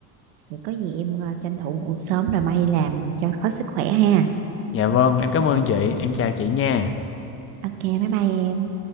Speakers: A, on the right (about 80°); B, on the left (about 35°).
A: Vậy có gì em ờ, tranh thủ ngủ sớm rồi may làm cho có sức khỏe ha
B: dạ vâng em cảm ơn chị em chào chị nha
A: ok bye bye em